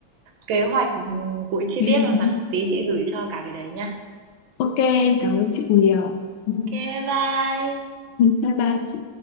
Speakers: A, on the right; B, on the left.
A: kế hoạch ừ, của chi
B: <laughs>
A: tiết luôn mà. Tí chị gửi cho cả cái đấy nha.
B: Ok, em cảm ơn chị nhiều. <laughs>
A: OK, bye bye.
B: Bye bye chị.